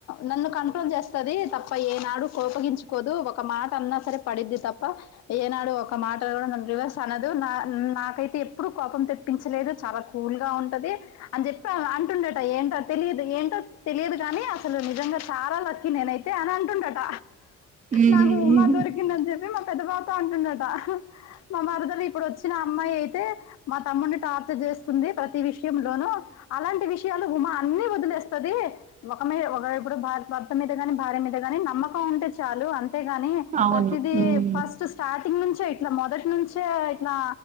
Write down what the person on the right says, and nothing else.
ఉమ్
ఉమ్
అవును
ఉమ్